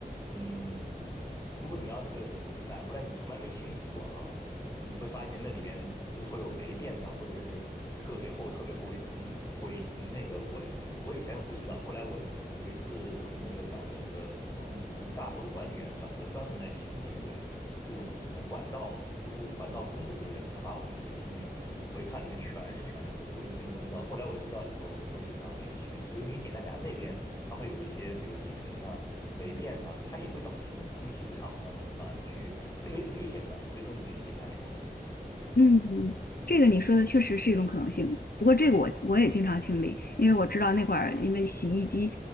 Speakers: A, on the left; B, on the left.
A: 嗯，你如果你要那个买回来，你从来没清洗过哈，你会发现那里边会会有霉变呐，或者是特别厚、特别厚的一层灰。那个我真我以前不知道，后来我有一次我们那个找的那个我们我们大楼的管理员找的专门来清理那种这种这种管道的工管道工的这些人，他把我们那个清理了。我一看里面全是全是灰，我以前都不知道，后来我知道以后，我会经常去清理。所以你简单讲，那边它会有一些比如积尘呐、霉变呢，它也会导致这种空气不畅通啊。你去这个也挺危险的，所以说你去检查检查。
B: 嗯，这个你说的确实是一种可能性。不过这个我我也经常清理，因为我知道那块儿，因为洗衣机